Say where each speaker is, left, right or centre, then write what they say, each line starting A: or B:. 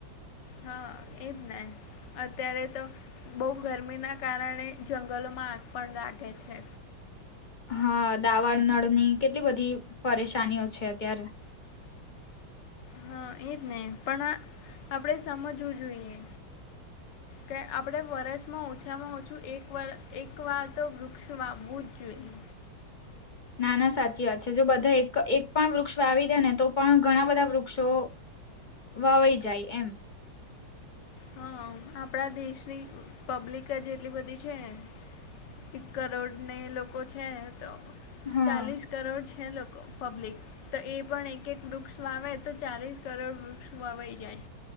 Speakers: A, on the left; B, on the left.
A: હા એજને, અત્યારે તો બહુ ગરમીના કારણે જંગલોમાં આગ પણ લાગે છે.
B: હા દાવાળ નળની, કેટલી બધી પરેશાનીઓ છે અત્યારે.
A: હા એજ ને, પણ આપણેે સમજવું જોઈએ. કે આપડે વરસ માં ઓછામાં ઓછું એક વાર, એક વાર તો વૃક્ષ વાવવુંજ જોઈએ.
B: નાના સાચી વાત છે, જો બધા એક, એક પણ વૃક્ષ વાવીદે ને તો પણ ઘણા બધા વૃક્ષ વૃક્ષો વાવાઈ જાય એમ.
A: હા, આપણા દેશની પબ્લિકજ એટલી બધી છેને. એક કરોડ ને લોકો છે તો
B: હા
A: ચાલીસ કરોડ છે. હે લોકો પબ્લિક તો એ પણ એક એક વૃક્ષ વા, તો ચાલીસ કરોડ વૃક્ષ વાવાઈ જાય.